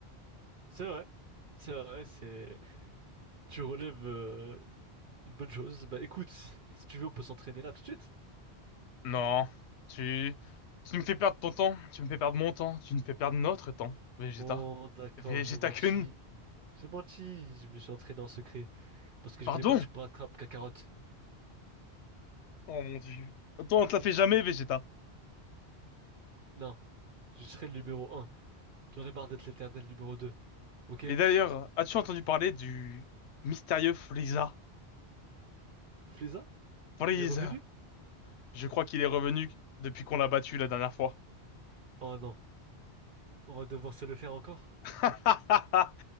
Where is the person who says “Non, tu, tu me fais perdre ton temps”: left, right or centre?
Left